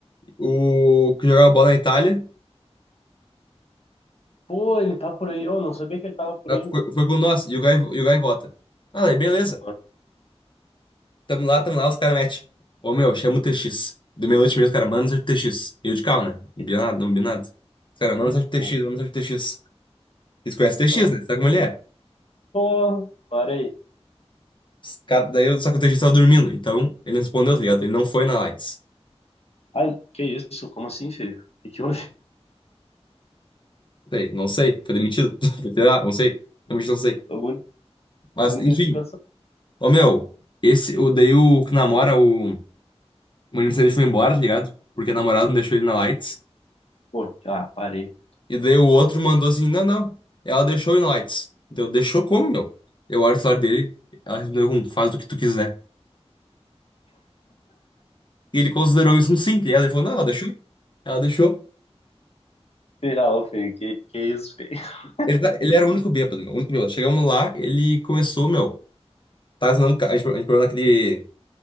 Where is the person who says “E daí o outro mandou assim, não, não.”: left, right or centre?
Left